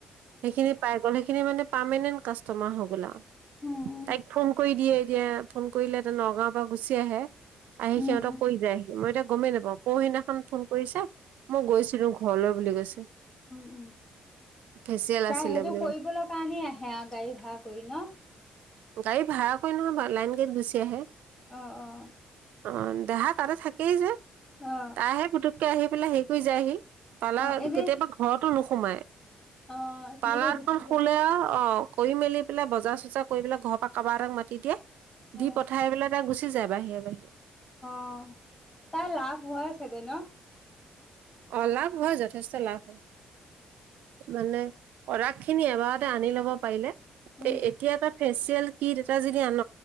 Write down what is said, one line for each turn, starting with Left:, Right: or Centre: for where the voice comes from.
Right: সেইখিনি পাই গ'ল সেইখিনি মানে পাৰ্মেণ্ট কাষ্টমাৰ হ'ল লা,
Left: উম
Right: তাইক ফোন কৰি দিয়ে এতিয়া ফোন কৰিলে নগাঁওৰ পৰা গুচি আহে আহি
Left: উম উম উম
Right: সিহঁতক কৰি যায়হি, মই এতিয়া গমেই নাপাওঁ পৰহিদিনাখন ফোন কৰিছে মই গৈছিলো ঘৰলৈ বুলি কৈছে।
Left: উম উম
Right: ফেচিয়েল
Left: তাই
Right: আছিলে
Left: সেইটো
Right: বুলি
Left: কৰিবলৈ
Right: কৈছে।
Left: কাৰণেই আহে আৰু গাড়ী ভ়া কৰি ন'।
Right: গাড়ী ভাড়া কৰি নহয় বাৰু লাইন গাড়ীত গুচি আহে।
Left: আহ আহ।
Right: অ', দেহা তাতে থাকেই যে
Left: অ
Right: তাইহে পুটুককে আহি পেলাই হেৰি কৰি যায়হি। পাৰ্লাৰ
Left: অ এনেই
Right: কেতিয়াবা ঘৰতো নোসোমাই
Left: অ তেনেকে
Right: পাৰ্লাৰমান
Left: গুচি
Right: খুলে
Left: যায়
Right: অ' কৰি মেলি পেলাই বজাৰ চজাৰ কৰি পেলাই ঘৰৰ পৰা কাৰোব এটাক মাতি দিয়ে দি
Left: অ
Right: পঠাই পেলাই ত গ চ যাই বাহিৰে বাহিৰে।
Left: অ', তাৰ লাভ হয় চাগৈ ন'।
Right: অলাভ হয় যথেষ্ট লাভ হয়। মানে প্ৰডাক্ট খিনি এবাৰতে আনি ল'ব পাৰিলে
Left: উম
Right: এ এতিয়া তাত ফেচিয়েল কিট এটা যদি আন,